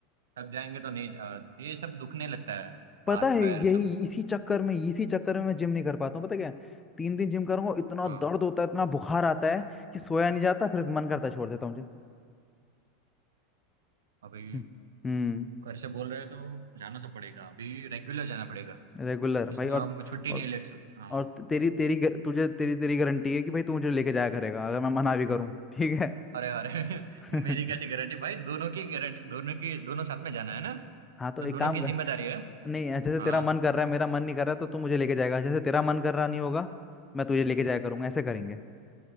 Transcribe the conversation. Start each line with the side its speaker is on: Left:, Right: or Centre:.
Right: थक जाएंगे तो नहीं अ, ये सब दुखने लगता है
Left: पता
Right: हाथ
Left: है
Right: पैर
Left: यही
Right: सब
Left: इसी चक्कर में इसी चक्कर में मैं जिम नहीं कर पाता हूँ पता क्या तीन दिन जिम करूंगा इतना
Right: हाँ
Left: दर्द होता है इतना बुखार आता है कि सोया नहीं जाता फिर मन करता है छोड़ देता हूँ जिम
Right: अभी
Left: हम्म हम्म,
Right: घर से बोल रहे हो तो जाना तो पड़ेगा अभी रेगुलर जाना पड़ेगा
Left: रेगुलर
Right: इसमें
Left: भाई और,
Right: हम छुट्टी
Left: और
Right: नहीं ले सकते हाँ
Left: और तेरी तेरी ग- तुझे तेरी तेरी गारंटी है कि भाई तू मुझे लेके जाया करेगा अगर मैं मना भी करूँ ठीक है
Right: अरे अरे <laughs>
Left: <laughs>
Right: मेरी कैसी गारंटी भाई दोनों की गारंटी दोनों की दोनों साथ में जाना है ना
Left: हाँ तो
Right: तो
Left: एक
Right: दोनों
Left: काम
Right: की
Left: कर
Right: जिम्मेदारी है
Left: नहीं जैसे तेरा
Right: हाँ
Left: मन कर रहा है मेरा मन नहीं कर रहा तो तू मुझे लेके जाएगा जैसे तेरा मन कर रहा नहीं होगा मैं तुझे लेके जाया करूंगा ऐसे करेंगे